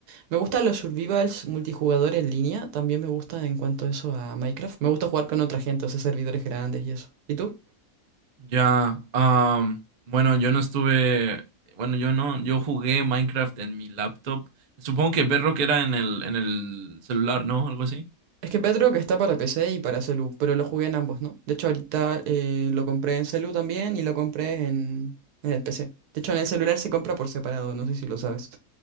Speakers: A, on the right; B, on the right.
A: Me gustan los survivals multijugador en línea, también me gusta en cuanto a eso a Minecraft. Me gusta jugar con otra gente, o sea, servidores grandes y eso. ¿Y tú?
B: Ya, am, bueno, yo no estuve, bueno, yo no, yo jugué Minecraft en mi laptop. Supongo que Bedrock era en el, en el celular, ¿no? Algo así.
A: Es que Bedrock está para PC y para celu, pero lo jugué en ambos, ¿no? De hecho, ahorita eh, lo compré en celu también y lo compré en, en el PC. De hecho, en el celular se compra por separado, no sé si lo sabes.